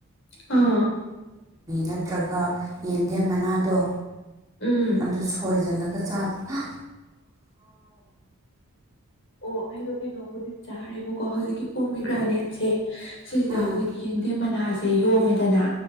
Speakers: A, on the left; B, on the right.
A: ꯑꯥ
B: ꯅꯠꯇ꯭ꯔꯒ ꯌꯦꯟꯗꯦꯝ ꯃꯅꯥꯗꯣ
A: ꯎꯝ
B: ꯑꯗꯨ ꯁꯣꯏꯖꯜꯂꯒ ꯆꯥꯞ ꯍꯥ
A: ꯎꯝ ꯑꯣ ꯑꯩꯗꯣ ꯀꯩꯅꯣꯝꯕꯨꯗꯤ ꯆꯥꯔꯦꯕꯀꯣ ꯍꯧꯖꯤꯛꯀꯤ ꯄꯣꯝꯃꯤ ꯒ꯭ꯔꯥꯅꯦꯠꯁꯦ ꯁꯤꯁꯤꯗꯥ
B: ꯎꯝ
A: ꯍꯧꯖꯤꯛꯀꯤ ꯌꯦꯡꯗꯦꯝ ꯃꯅꯥꯖꯦ ꯌꯣꯝꯃꯦꯗꯅ